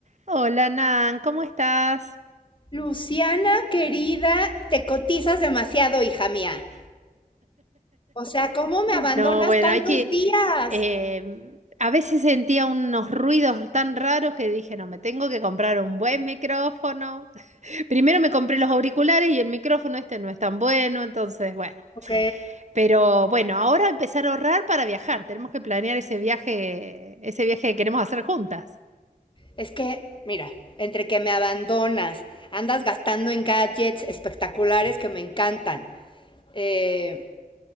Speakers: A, on the right; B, on the left.
A: Hola Nan, ¿cómo estás?
B: Luciana, querida, te cotizas demasiado, hija mía. O sea, ¿cómo me abandonas
A: No, bueno,
B: tantos
A: hay que...
B: días?
A: eh, a veces sentía unos ruidos tan raros que dije, no, me tengo que comprar un buen micrófono. <laughs> Primero me compré los auriculares y el micrófono este no es tan bueno, entonces, bueno.
B: Ok.
A: Pero bueno, ahora empezar a ahorrar para viajar. Tenemos que planear ese viaje, ese viaje que queremos hacer juntas.
B: Es que, mira, entre que me abandonas, andas gastando en gadgets espectaculares que me encantan. eh,